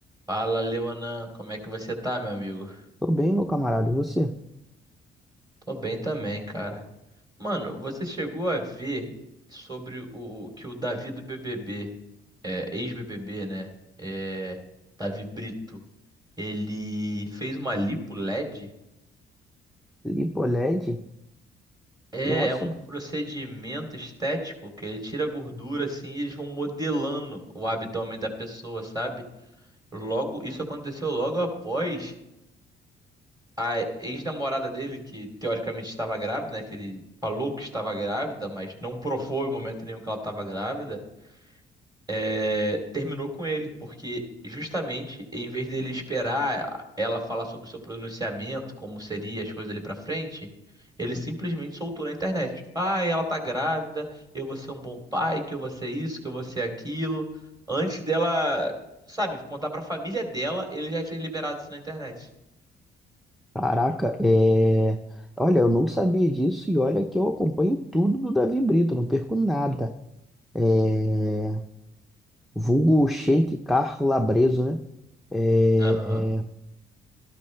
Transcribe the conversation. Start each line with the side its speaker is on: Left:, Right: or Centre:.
Right: Fala, Leonan, como é que você tá, meu amigo?
Centre: Tô bem, meu camarada. E você?
Right: Tô bem também, cara. Mano, você chegou a ver sobre o que o Davi do BBB, é, ex-BBB, né? É, Davi Brito, ele fez uma lipo LED?
Centre: Lipoled?
Right: É,
Centre: Nossa,
Right: é um procedimento estético que ele tira a gordura assim e eles vão modelando o abdômen da pessoa, sabe? Logo, isso aconteceu logo após. a ex-namorada dele, que teoricamente estava grávida, né? Que ele falou que estava grávida, mas não provou em momento nenhum que ela estava grávida, é, terminou com ele, porque justamente em vez dele esperar ela falar sobre o seu pronunciamento, como seria as coisas dali pra frente. Ele simplesmente soltou na internet. Ah, ela tá grávida, eu vou ser um bom pai, que eu vou ser isso, que eu vou ser aquilo. Antes dela, sabe, contar pra família dela, ele já tinha liberado isso na internet.
Centre: caraca, é... Olha, eu não sabia disso e olha que eu acompanho tudo do Davi Brito, não perco nada. É... Vulgo Shake Carro Labreso, né? É...
Right: Aham,
Centre: é,